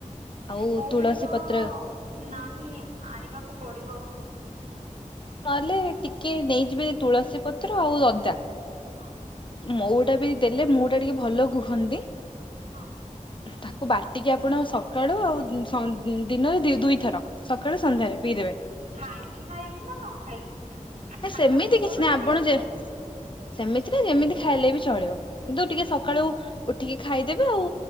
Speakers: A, on the left; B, on the right.
A: ଆଉ
B: ମୁଁ
A: ତୁଳସୀ
B: ତ
A: ପତ୍ର
B: ନାହିଁ ଆଣିବାକୁ ପଡିବ
A: ନହେଲେ ଟିକେ ନେଇଯିବେ ତୁଳସୀ ପତ୍ର ଆଉ ଅଦା।
B: ହଁ।
A: ମହୁଟା ବି ଦେଲେ ମହୁ ଟା ଟିକେ ଭଲ କୁହନ୍ତି।
B: ହଁ।
A: ତାକୁ ବାଟିକି ଆପଣ ସକାଳୁ ଆଉ ସ ଦିନରେ ଦୁଇଥର ସକାଳୁ ସନ୍ଧ୍ୟାରେ ପିଇଦେବେ।
B: ଖାଇକି ଖାଇବି ନା ନ ଖାଇକି?
A: ନା
B: ଖାଇବା
A: ସେମିତି
B: ପୂର୍ବରୁ
A: କିଛି ନାହିଁ
B: ନା
A: ଆପଣ
B: ଖାଇବା
A: ଯେ
B: ପରେ
A: ସେମିତି ନା ଯେମିତି ଖାଇଲେ ବି ଚଳିବ। କିନ୍ତୁ ଟିକେ ସକାଳୁ ଉଠିକି ଖାଇଦେବେ ଆଉ